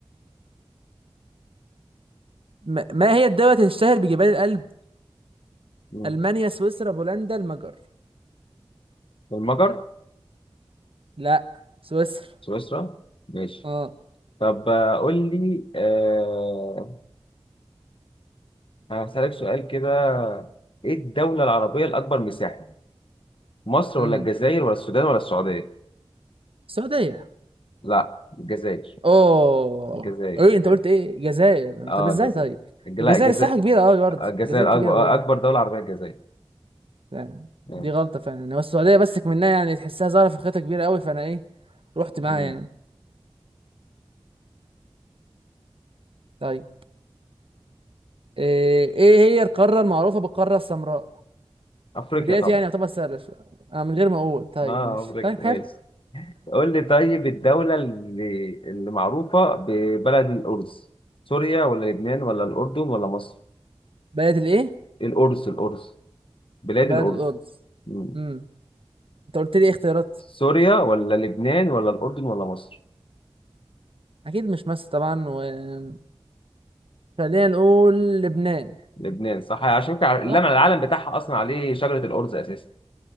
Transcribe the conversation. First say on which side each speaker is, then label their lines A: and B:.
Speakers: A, on the right; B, on the left.
A: ما, ما هي الدولة اللي تشتهر بجبال الألب
B: مم.
A: المانيا سويسرا بولندا المجر
B: المجر
A: لا سويسرا
B: سويسرا ماشي
A: اه
B: طب آه، قول لي أه... هسألك سؤال كده إيه الدولة العربية الأكبر مساحة؟ مصر
A: امم
B: ولا الجزائر ولا السودان ولا السعودية؟
A: السعودية
B: لا الجزائر
A: اوه
B: الجزائر
A: ايه
B: الجزائر
A: انت قلت ايه الجزائر
B: اه
A: طب ازاي
B: الجزائر
A: طيب
B: الج- لا
A: الجزائر
B: الجزائر
A: الساحه كبيره قوي برضه
B: الجزائر
A: الجزائر كبيره
B: اكبر
A: بقى
B: اكبر دولة عربية الجزائر
A: يعني
B: ماشي
A: دي غلطه فعلا يعني. هو السعوديه بس منها يعني تحسها ظاهره في خيطه كبيره قوي فانا ايه رحت معاها
B: مم.
A: يعني طيب ايه إيه هي القاره المعروفه بالقاره السمراء
B: افريقيا
A: بدايتي
B: طبعا
A: يعني يعتبر سهله شويه آه من غير ما اقول طيب
B: اه
A: ماشي
B: افريقيا
A: طيب حلو
B: ماشي قول لي طيب الدولة اللي اللي معروفة ببلد الأرز سوريا ولا لبنان ولا الأردن ولا مصر
A: بلد الايه
B: الأرز الأرز بلاد
A: بلد
B: الأرز
A: القدس
B: مم.
A: امم انت قلت لي ايه اختيارات
B: سوريا ولا لبنان ولا الأردن ولا مصر
A: اكيد مش مصر طبعا وخلينا نقول لبنان
B: لبنان صح عشان كده اللمع
A: صح؟
B: العلم بتاعها أصلا عليه شجرة الأرز أساسا